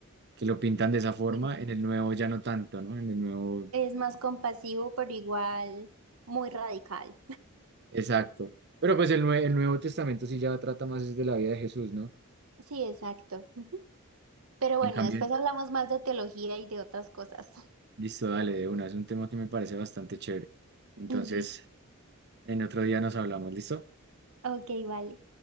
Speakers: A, on the right; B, on the right.
A: que lo pintan de esa forma,
B: Sí.
A: en el Nuevo ya no tanto, ¿no? En el Nuevo,
B: Es más compasivo, pero igual muy radical.
A: exacto. Pero pues el, Nue- el Nuevo Testamento sí ya trata más es de la vida de Jesús, ¿no?
B: Sí, exacto. Ujú. Pero bueno,
A: En cambio,
B: después hablamos más de teología y de otras cosas.
A: listo, dale de una. Es un tema que me parece bastante chévere. Entonces,
B: Listo.
A: en otro día nos hablamos, ¿listo?
B: Ok, vale.